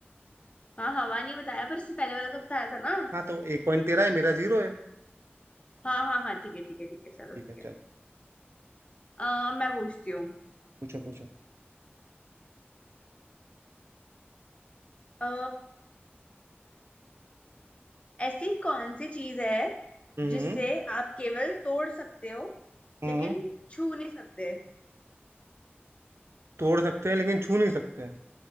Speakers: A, on the left; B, on the right.
A: हाँ हवा नहीं बताया पर इससे पहले वाला तो बताया था ना
B: हाँ तो एक पॉइंट तेरा है मेरा जीरो है
A: हाँ हाँ हाँ ठीक है ठीक है ठीक है चलो
B: ठीक
A: ठीक
B: है
A: है
B: चल
A: अ, मैं पूछती हूँ
B: पूछो पूछो
A: अ, ऐसी कौन सी चीज है
B: हम्म
A: जिससे आप केवल तोड़ सकते हो
B: हम्म
A: लेकिन छू नहीं सकते
B: तोड़ सकते हैं लेकिन छू नहीं सकते